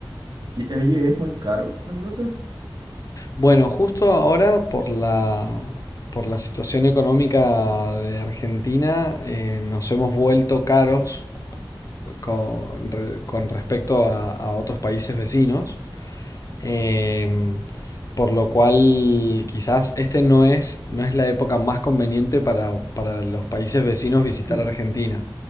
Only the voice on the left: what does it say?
Bueno, justo ahora por la, por la situación económica de Argentina eh, nos hemos vuelto caros con, re- con respecto a a otros países vecinos. Em, por lo cual quizás este no es, no es la época más conveniente para, para los países vecinos visitar
Argentina.